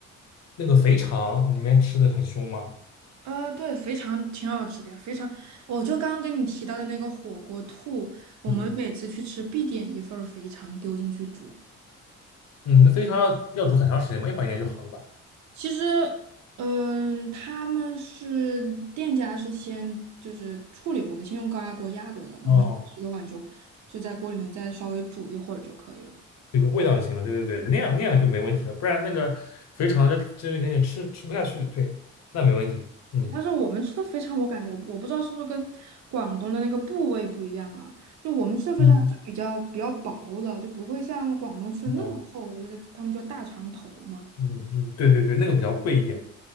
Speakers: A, on the left (about 60°); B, on the right (about 65°).
A: 那个肥肠里面吃的很凶吗？
B: 啊，对，肥肠挺好吃的呀，肥肠，我就刚刚跟你提到的那个火锅兔，我们每次去吃必点一份儿肥肠丢进去煮。
A: 嗯，嗯，那肥肠要要煮很长时间吗？一会儿应该就好了吧？
B: 其实，嗯，他们是店家是先就是处理过的，先用高压锅压过的，然后吃的话你就就在锅里面再稍微煮一会儿就可以了。
A: 哦，有个味道就行了。对对对，那样那样就没问题了。不然那个肥肠这这个你吃吃不下去，对，那没问题。嗯
B: 对，但是我们吃的肥肠，我感觉我我不知道是不是跟广东的那个部位不一样啊？就我们吃的肥肠是比较比较薄的，
A: 嗯，
B: 就不会像广东吃的那么厚。
A: 啊，
B: 我觉得他们叫大肠头嘛，
A: 嗯嗯，对对对，那个比较贵一点。